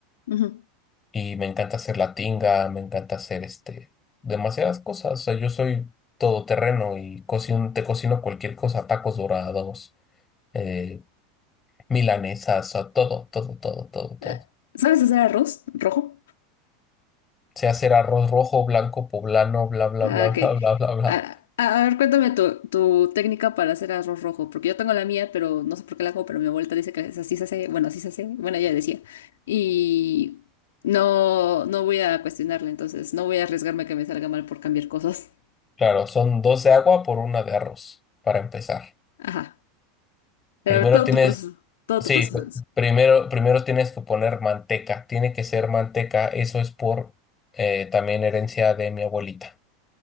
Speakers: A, on the left; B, on the left.
A: Ujú.
B: y me encanta hacer la tinga, me encanta hacer este, demasiadas cosas, o sea, yo soy todoterreno y cocino, te cocino cualquier cosa, tacos dorados, eh, milanesas, o sea, todo, todo, todo, todo, todo.
A: Ah, ¿Sabes hacer arroz rojo?
B: Sé hacer arroz rojo, blanco, poblano, bla, bla,
A: Ah,
B: bla, <laughs> bla,
A: ok.
B: bla, bla, bla.
A: Ah, a, a ver, cuéntame tu, tu técnica para hacer arroz rojo, porque yo tengo la mía, pero no sé por qué la hago, pero mi abuelita dice que así se hace, bueno, así se hace, bueno, ella decía. Y no, no voy a cuestionarle, entonces no voy a arriesgarme a que me salga mal por cambiar cosas.
B: Claro, son dos de agua por una de arroz, para empezar.
A: Ajá. Pero
B: Primero
A: a ver, todo
B: tienes,
A: tu proceso, todo
B: sí,
A: tu proceso.
B: pr- primero, primero tienes que poner manteca, tiene que ser manteca, eso es por eh, también herencia de mi abuelita.